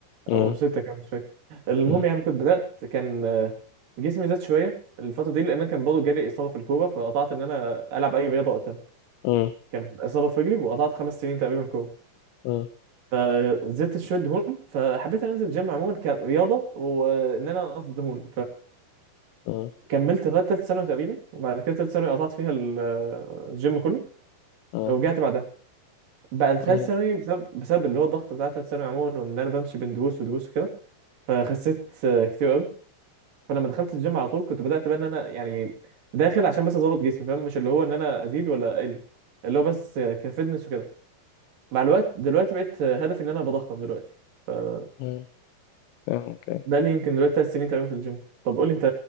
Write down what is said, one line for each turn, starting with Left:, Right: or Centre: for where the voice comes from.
Left: مم،
Right: او ستة كان مش فاكر المهم
Left: مم،
Right: يعني كنت بدأت كان آه، جسمي زاد شوية الفترة دي لأن أنا كان برضه جالي إصابة في الكورة فقطعت إن أنا ألعب أي رياضة وقتها
Left: مم،
Right: كان إصابة في رجلي وقطعت خمس سنين تقريبا كورة
Left: مم،
Right: فزدت شوية دهون فحبيت إن أنا أنزل الجيم عموما كرياضة وإن أنا أنقص دهون
Left: مم،
Right: فكملت لغاية تالتة ثانوي تقريبا وبعد كده تالتة ثانوي قطعت فيها ال- آه، الجيم كله
Left: مم،
Right: ورجعت بعدها بعد تالتة
Left: أيوة،
Right: ثانوي بسبب بسبب اللي هو الضغط بتاع تالتة ثانوي عموما وإن أنا بمشي بين دروس ودروس وكده فخسيت آه، كتير قوي فلما دخلت الجيم على طول كنت بدأت بقى ان انا يعني داخل عشان بس اظبط جسمي فاهم مش اللي هو ان انا ازيد ولا اقل اللي هو بس كفitness وكده مع الوقت دلوقتي بقيت هدفي ان انا بضخم دلوقتي فده
Left: مم، فاهم، اوكي
Right: اللي يمكن دلوقتي ثلاث سنين تقريبا في الجيم طب قول لي انت